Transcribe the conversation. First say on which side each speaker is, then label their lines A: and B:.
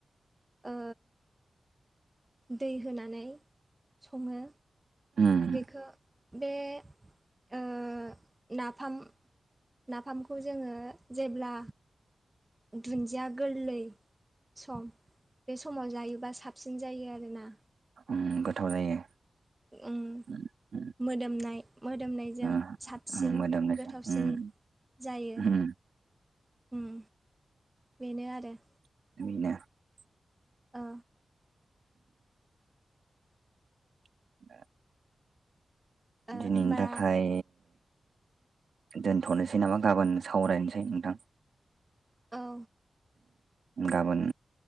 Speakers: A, on the right; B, on the right.
A: ओ दै होनानै सङो
B: उम
A: बेखौ। बे ओ नाफाम नाफामखौ जोङो जेब्ला दुन्दिया गोरलै सम बे समाव जायोबा साबसिन जायो आरोना।
B: उम गोथाव जायो।
A: ओम
B: उम उम
A: मोदोमनाय मोदोमनायजों
B: ओ
A: साबसिन
B: उम मोदोमनायजों
A: गोथावसिन
B: उम
A: जायो।
B: उम
A: उम बेनो आरो।
B: <unintelligible>
A: ओ।
B: <unintelligible>
A: ओ
B: दिनैनि
A: होमबा
B: थाखाय दोनथ'नोसै नामा गाबोन सावरायनोसै नोंथां?
A: औ
B: गाबोन